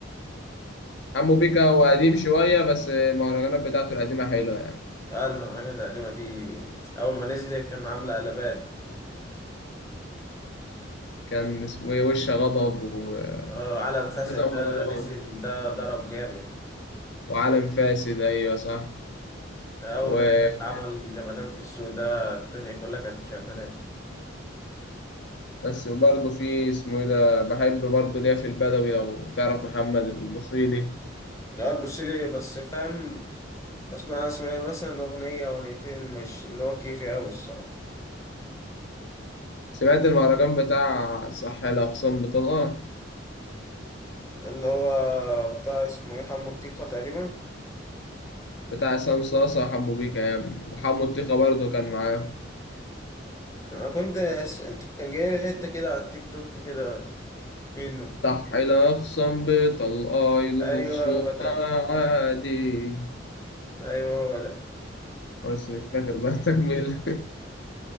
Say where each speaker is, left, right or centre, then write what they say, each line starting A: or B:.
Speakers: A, on the left; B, on the left.
A: حمو بيكا هو قديم شوية بس المهرجانات بتاعته القديمة حلوة يعني
B: اه المهرجانات القديمة دي أول ما نزلت كان عاملة قلبان
A: كان اسمه ايه وش غضب وكذا
B: اه عالم فاسد
A: مهرجان
B: ده نزل ده ضرب جامد
A: وعالم فاسد أيوة صح
B: ده أول
A: و...
B: ما نزل عمل جمدان في السوق ده الدنيا كلها كانت مشغلاه
A: بس برضه في اسمه ايه ده بحب برضه ليا في البدوي لو تعرف محمد البصيلي
B: لا تبص لي بس فاهم بس ما اسمع مثلا أغنية أغنيتين مش اللي هو كيفي أوي الصراحة
A: سمعت المهرجان بتاع صح الأقسام بطلقة
B: ده اللي هو بتاع اسمه ايه حمو الطيخة تقريبا
A: بتاع عصام صاصة وحمو بيكا يا ابني وحمو الطيخة برضه كان معاه
B: انا كنت أس... كان جاي لي حتة كده على التيك توك كده منه
A: صح الأقسام بطلقة يجوا
B: ايوه
A: في خصومة
B: هو ده
A: عادي
B: ايوه هو ده
A: بس مش فاكر بقى <laughs> تكمل